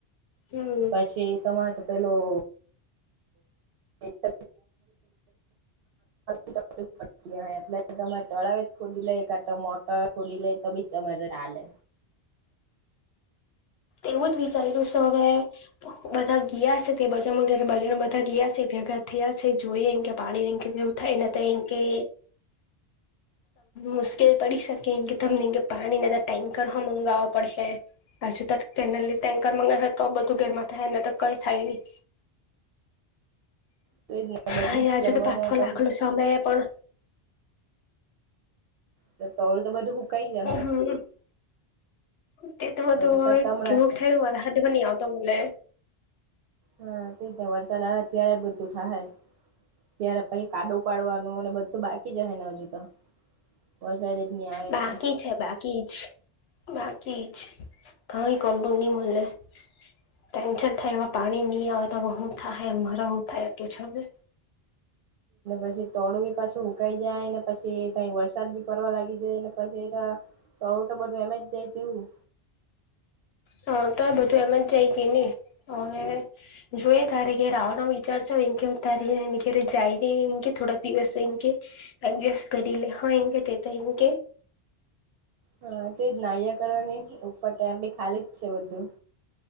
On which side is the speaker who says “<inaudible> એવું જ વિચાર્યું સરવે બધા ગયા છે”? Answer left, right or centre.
Left